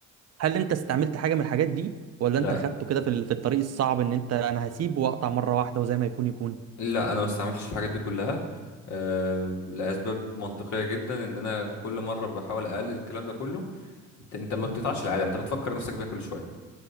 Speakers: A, on the right; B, on the left.
A: هل انت استعملت حاجه من الحاجات دي ولا
B: لا
A: انت خدته كده في ال- في الطريق الصعب ان انت انا هسيب واقطع مره واحده وزي ما يكون يكون
B: لا انا ما استعملتش الحاجات دي كلها آه لاسباب منطقيه جدا ان انا كل مره بحاول اقلل الكلام ده كله انت انت ما بتقطعش العاده انت بتفكر نفسك بيها كل شويه